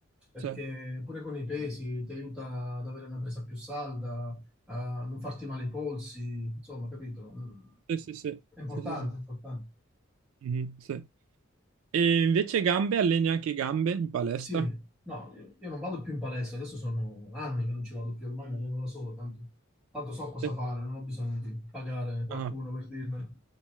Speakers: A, in the centre; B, on the right.
A: perché
B: Cioè,
A: pure con i pesi ti aiuta ad avere una presa più salda, a non farti male i polsi, insomma, capito? Mm.
B: sì, sì, sì.
A: È importante,
B: Sì, sì, sì.
A: è importante.
B: Mhm, sì. E invece gambe, alleni anche gambe in palestra?
A: Sì, no, io, io non vado più in palestra, adesso sono anni che non ci vado più, ormai mi alleno da solo, tanto, tanto so cosa
B: Sì.
A: fare, non ho bisogno di pagare qualcuno
B: Ah.
A: per dirmelo.